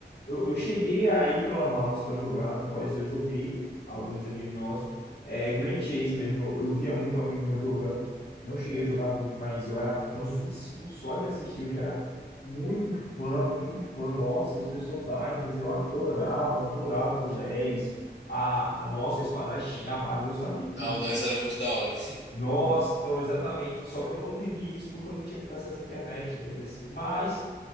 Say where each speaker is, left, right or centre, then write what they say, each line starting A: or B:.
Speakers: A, on the left; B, on the left.
A: Eu, eu cheguei a ir para Lan House para jogar, no qual eu joguei alguns MMOs. É, Grand Chase mesmo, eu eu via muito amigo meu jogando. Não cheguei a jogar muito, mas eu era fãzíssimo só de assistir. Eu já era muito fã, muito fã. Nossa, os personagens, eu adorava, adorava o Leis, a, a nossa espadachim, a maga, eu gostava de tudo.
B: Ah, o LES era muito da hora. <laughs>
A: Nossa, então exatamente. Só que eu não vivi isso porque eu não tinha acesso à internet, entendeu? Mas